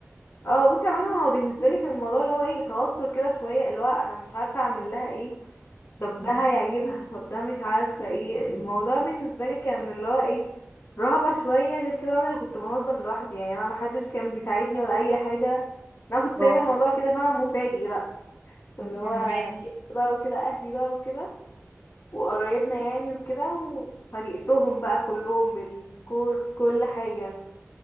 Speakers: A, on the left; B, on the right.
A: اه بصي عامة هو بالنسبة لي كان الموضوع اللي هو ايه توتر كده شوية اللي هو انا مش عارفة اعمل لها ايه طب ده هيعجبها طب ده مش عارفة ايه الموضوع بالنسبة لي كان اللي هو ايه رهبة شوية غير كده انا اللي كنت بنظم لوحدي يعني انا محدش كان بيساعدني ولا اي حاجة
B: <laughs>
A: انا كنت
B: اه
A: سايبة الموضوع كده فاهمة مفاجئ بقى فاللي هو
B: فاهمك
A: جبت بقى وكده اهلي بقى وكده وقرايبنا يعني وكده وفاجئتهم بقى كلهم بالديكور بكل حاجة